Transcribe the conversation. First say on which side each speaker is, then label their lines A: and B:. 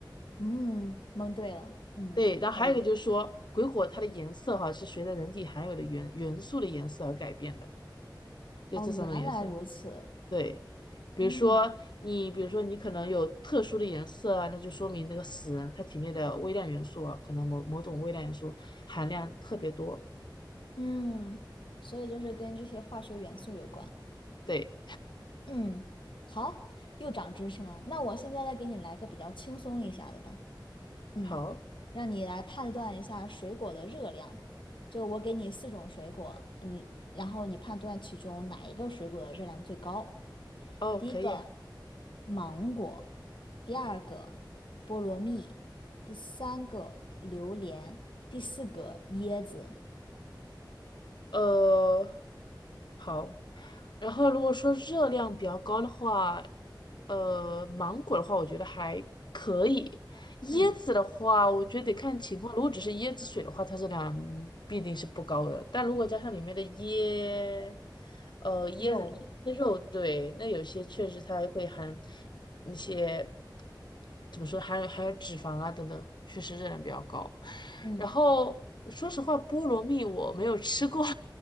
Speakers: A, on the left; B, on the left.
A: 嗯，蒙对了，嗯，
B: 对。然后还有一个就是说，
A: 可以。
B: 鬼火它的颜色哈、是随着人体含有的元元素的颜色而改变的，就这三种颜色。
A: 哦，原来如此。
B: 对，比如说你，
A: 嗯。
B: 比如说你可能有特殊的颜色啊，那就说明那个死人他体内的微量元素啊，可能某某种微量元素含量特别多。
A: 嗯，所以就是跟这些化学元素有关。
B: 对，
A: 嗯，好，又长知识了。那我现在再给你来个比较轻松一下的吧。嗯，
B: 好，
A: 让你来判断一下水果的热量。就我给你四种水果，你然后你判断其中哪一个水果的热量最高。
B: 哦，
A: 第一个
B: 可以啊，
A: 芒果，第二个菠萝蜜，第三个榴莲，第四个椰子。
B: 呃，好，然后如果说热量比较高的话，呃，芒果的话，我觉得还可以。椰子的话，
A: 嗯，
B: 我觉得得看情况。如果只是椰子水的话，它热量必定是不高的。但如果加上里面的椰，呃，椰椰椰肉，
A: 肉。
B: 对，那有些确实它会含那些怎么说，含有含有脂肪啊等等，确实热量比较高。
A: 嗯。
B: 然后说实话，菠萝蜜我没有吃过。<laughs>